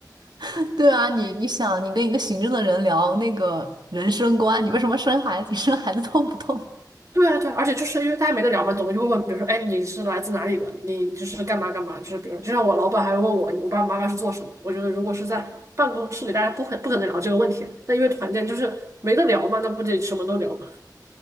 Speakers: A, on the right; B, on the right.
A: <laughs> 对啊，你你想，你跟一个行政的人聊那个人生观，你为什么生孩子？你生孩子痛不痛？
B: 对啊，对啊，而且就是因为大家没得聊嘛，总会就会问，比如说，哎，你是来自哪里的？你就是干嘛干嘛？就是比如，就像我老板还会问我，我爸爸妈妈是做什么的？我觉得如果是在办公室里，大家不可不可能聊这个问题啊。那因为团建就是没得聊嘛，那不得什么都聊嘛。